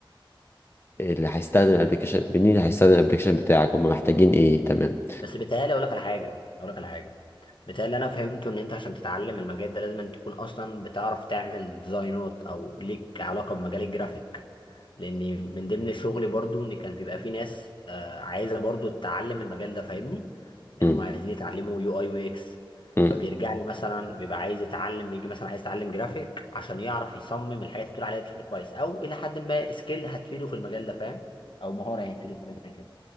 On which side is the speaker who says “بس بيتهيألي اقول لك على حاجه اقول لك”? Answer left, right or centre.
Left